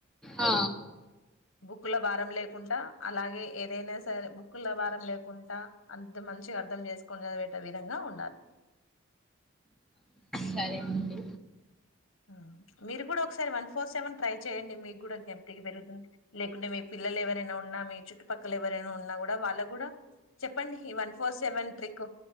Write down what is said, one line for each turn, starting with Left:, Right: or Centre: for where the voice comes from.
Centre: ఆ!
Left: బుక్కుల భారం లేకుంట అలాగే ఏదైనా సరే బూకుల భారం లేకుంట అంత మంచిగా అర్థం చేసుకొని చదివెట్ట విధంగా ఉండాలి
Centre: సరే అండి.
Left: ఉమ్ మీరు కూడా ఒకసారి వన్ ఫోర్ సెవెన్ ట్రై చేయండి మీకు కూడా జ్ఞప్తికి పెరుగుతుంది లేకుంటే మీ పిల్లలు ఎవరైనా ఉన్నా మీ చుట్టుపక్కల ఎవరైనా ఉన్నా కూడా వాళ్ళకు కూడా చెప్పండి ఈ వన్ ఫోర్ సెవెన్ ట్రిక్